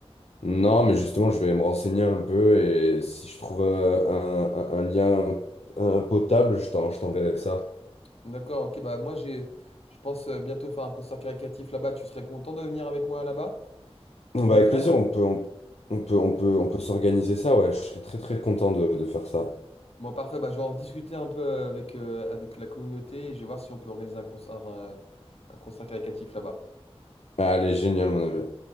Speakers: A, on the left; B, on the left.
A: Non, mais justement, je vais me renseigner un peu et si je trouve euh, un, un- un lien euh, potable, je t'en- je t'enverrai ça.
B: D'accord, ok, bah moi j'ai, je pense euh, bientôt faire un concert caritatif là-bas. Tu serais content de venir avec moi là-bas,
A: Bah,
B: en Ukraine?
A: avec plaisir, on peut, on, on peut, on peut, on peut s'organiser ça, ouais, je serais très très content de, de faire ça.
B: Bon, parfait, bah je vais en discuter un peu euh, avec, euh, avec la communauté et je vais voir si on peut organiser un concert, euh, un concert caritatif là-bas.
A: Allez, génial, mon ami.